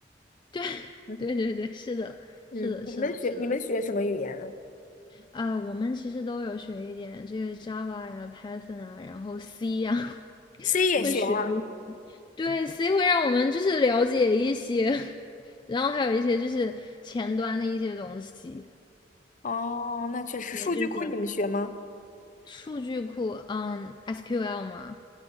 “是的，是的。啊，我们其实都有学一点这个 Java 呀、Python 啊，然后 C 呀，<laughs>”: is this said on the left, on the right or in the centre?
Left